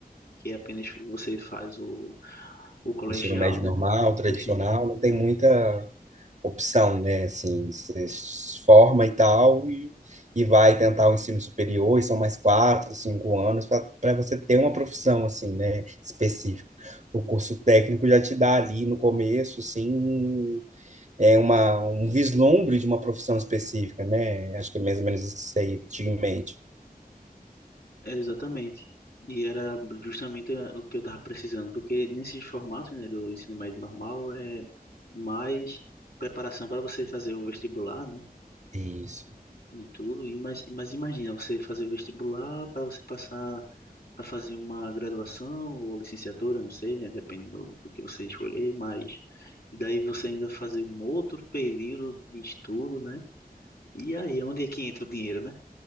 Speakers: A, on the left (about 80°); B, on the right (about 45°).
A: que é apenas você faz o, o colegial,
B: Ensino médio
A: né,
B: normal, tradicional,
A: Poxa,
B: não tem muita opção, né? Assim, você se forma e tal, e, e vai tentar o ensino superior, e são mais quatro, cinco anos para você ter uma profissão, assim, né? Específica. O curso técnico já te dá ali no começo, assim. é uma, um vislumbre de uma profissão específica, né? Acho que é mais ou menos isso que você aí tinha em mente.
A: É, Exatamente. E era justamente a- o que eu estava precisando, porque nesses formatos, né, do ensino médio normal é mais preparação para você fazer o vestibular, né,
B: Isso.
A: e tudo. E mas, mas imagina você fazer o vestibular para você passar para fazer uma graduação ou licenciatura, não sei, né, depende do, do que você escolher, mas e daí você ainda fazer um outro período de estudo, né? E aí, é onde é que entra o dinheiro, né?